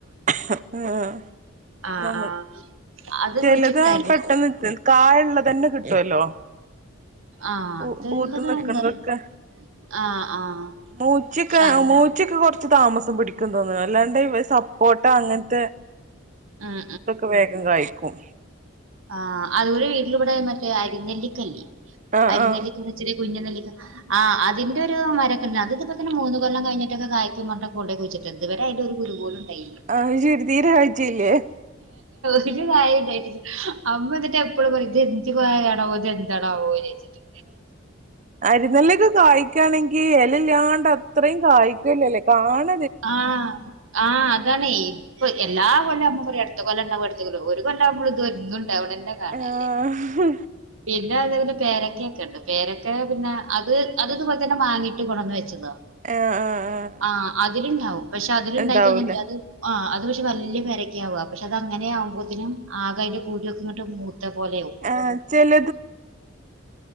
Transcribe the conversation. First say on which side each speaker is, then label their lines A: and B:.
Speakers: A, on the right; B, on the right.
A: അ ആ
B: ആ
A: നമ്മൾ
B: ആ അത്
A: ചെലത്
B: കുഴിച്ചിട്ടായിരുന്നു
A: പെട്ടെന്ന് കായള്ളതന്നെ കിട്ടുല്ലോ
B: ആ
A: ഓ
B: അത്
A: ബോത്ത് നിക്ക്ണതൊക്കെ
B: എന്താ അറിയില്ല ആ ആ
A: മൂച്ചിക്കെ
B: പക്ഷെ
A: മൂച്ചിക്കെ കൊറ താമസം പിടിക്കും തോന്നുന്നു അല്ലാണ്ട് <unintelligible> സപ്പോട്ട അങ്ങൻത്തെ
B: ഉം
A: ഇതൊക്കെ വേഗം കായിക്കും
B: ആ അതുപോല വീട്ടില് ഇവടെ മറ്റേ അരിനെല്ലിക്കല്ലേ
A: ആഹ്
B: അരിനെല്ലിക്കന്ന്
A: ആഹ്
B: വെച്ച കുഞ്ഞ നെല്ലിക്ക ആ അതിന്റെ ഒരു മരക്കണ്ട് അത് ഇതിപ്പ തന്നെ മൂന്ന് കൊല്ലം കഴഞ്ഞിട്ടൊക്കെ കായ്ക്കും പറഞ്ഞ് കൊണ്ടേ കുയിച്ചി തുവരെ അയിട്ട്. ഒരു കുരു പോലു ഉണ്ടായില്ല
A: അത് ശരി തീരെ കായ്ച്ചില്ലേ
B: പിന്നെ കായിണ്ടായിട്ടില്ല അമ്മ ന്നിട്ട് എപ്പളും പറയും ഇദ് യെന്ത് പഴണാവോ ഇദ് എന്താ താ <unintelligible> ചിട്ട്
A: അരിനെല്ലൊക്കെ കായ്ക്കയാണെങ്കിൽ യെലല്ലാണ്ട് അത്രയും കായ്ക്കലല്ലേ കാണു
B: ആ ആ അതാണ് ഇപ്പൊ എല്ലാ കൊല്ലാം അമ അടുത്ത കൊല്ല ഉണ്ടാവും അടുത്ത കൊല്ലാവും ഒരു കൊള്ളാവുമ്പളും ഇത് ഒന്നും ഉണ്ടാവുന്നദെന്നെ കാണാല്ല
A: ആഹ്
B: പിന്നെ പിന്ന അതേപോലെക്കെ പേരക്കൊക്കെ ഉണ്ട് പേരക്കെ പിന്നെ അത് അത് ഇതുപോലെ തന്നെ വാങ്ങിയിട്ട് കൊണന്ന് വെച്ചതോ
A: ആഹ് ആഹ് ആഹ്
B: ആ അതിലുണ്ടാവും പക്ഷെ അതിലുണ്ടായികഴിഞ്ഞാ
A: ഇണ്ടാവൂലേ
B: അത് ആ അ അത് പക്ഷെ വലിയ പേരക്കാവ പക്ഷെ അത് അങ്ങനെ ആകുമ്പോത്തിനും ആകയിന്റെ കൂരുക്കെ ഇങ്ങട്ട് മൂത്ത പോലെയവും
A: ആ ചില